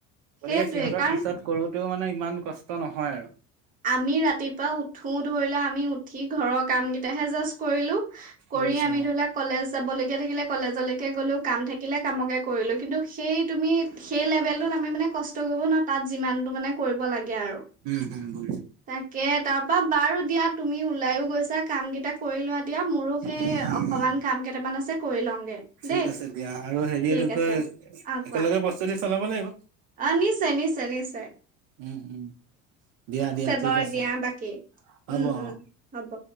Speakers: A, on the right (about 65°); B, on the right (about 25°).
A: গতিকে
B: সেইটোৱে
A: সিহঁতৰ
B: কাৰণ
A: পিছত কৰোতেও মানে ইমান কষ্ট নহয় আৰু-
B: আমি ৰাতিপুৱা উঠো ধৰি লোৱা আমি উ সি ঘৰৰ কাম কেইটাহে জাষ্ট কৰিলো কৰি
A: বুজিছো
B: আমি
A: অ।
B: ধৰি লোৱা কলেজ যাব লগগীয়া থাকিলে। কলেজলৈকে গ'লো কাম থাকিলে কামকে কৰিলোঁ কিন্তু সেই তুমি সেই লেভেলটোত আমি মানে কষ্ট কৰিব নোৱাৰ তাত যিমানটো মানে কৰিব লাগে আৰু
A: উম হুম
B: তাকে তাৰপা বাৰু দিয়া তুমি ওলাইও গৈছা কাম কেইটা কৰি লোৱা দিয়া মোৰো সেই
A: উম, উম,
B: অকমান কাম কেইটামান আছে কৰি লওঁগে
A: ঠিক
B: দেই
A: আছে দিয়া আৰু হেৰি এইটো
B: ঠিক
A: কি কয়
B: আছে আহ কোৱা
A: প্ৰস্তুতি চলাব লাগিব।
B: অ নিশ্চয় নিশ্চয় নিশ্চয়।
A: উম উম দিয়া দিয়া। ঠিক
B: হয়
A: আছে
B: দিয়া বাকী
A: হ'ব
B: উম
A: অ'।
B: উম হ'ব।